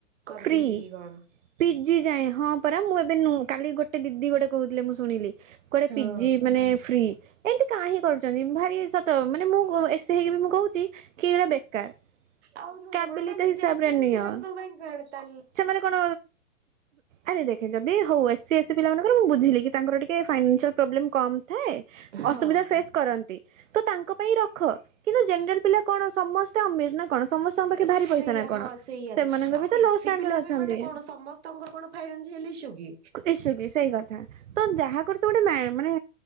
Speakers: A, on the right; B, on the right.
A: କରିଦେଇଛି
B: ଫ୍ରି
A: କି କଣ?
B: ପିଜି ଯାଏଁ ହଁ ପରା ମୁଁ ଏବେ ନୁହଁ କାଲି ଗୋଟେ ଦିଦି ଗୋଟେ କହୁଥିଲେ ମୁଁ ଶୁଣିଲି। କୁଆଡେ
A: ହଁ।
B: ପିଜି ମାନେ ଫ୍ରି। ଏମିତି କା ହିଁ କରୁଛନ୍ତି ଭାରି ସତ ମାନେ ମୁଁ ଏସି ହେଇକି ବି ମୁଁ କହୁଛି କି ଏ ବେକାର।
A: ଆଉ ନୁହେଁ
B: କାବିଲିତ
A: ତ କଣ ମାନେ
B: ହିସାବରେ
A: ଜେନେରାଲ
B: ନିଅ।
A: <unintelligible> କଣ ତା
B: ସେମାନେ କଣ ଆରେ ଦେଖେ ଯଦି ହଉ ଏସ୍ ସି ଏସ୍ ସି ପିଲାମାନଙ୍କର ମୁଁ ବୁଝିଲି କି ତାଙ୍କର ଟିକେ ଫାଇନାନ୍‌ ସିଆଲ୍‌ ପ୍ରୋବ୍ଲେ କମ୍ ଥାଏ ଅସୁବିଧା
A: ହଁ।
B: ଫେସ୍ କର ତ ତାଙ୍କ ପାଇଁ ରଖ କିନ୍ତୁ ଜେନେରାଲ ପିଲା କଣ ସମସ୍ତେ ଅମିର ନା କଣ ସମସ୍ତେ ତମ ପାଖରେ
A: ସେଇଆ
B: ଭାରି ପଇସା ନା
A: ହଁ
B: କଣ
A: ସେଇଆ
B: ସେମାନଙ୍କ
A: ଆଉ
B: ବି ତ
A: ଏସି
B: ଲୋସ୍‌ ଅଛନ୍ତି
A: ପିଲା ବି ମାନେ କଣ ସମସ୍ତଙ୍କର କଣ ଫାଇନାନ୍ସିଆଲ ଇସ୍ୟୁ କି?
B: ଇସୁ କି ସେଇ କଥା ତ ଯାହା କରୁଛ ଗୋଟେ ମା -ମାନେ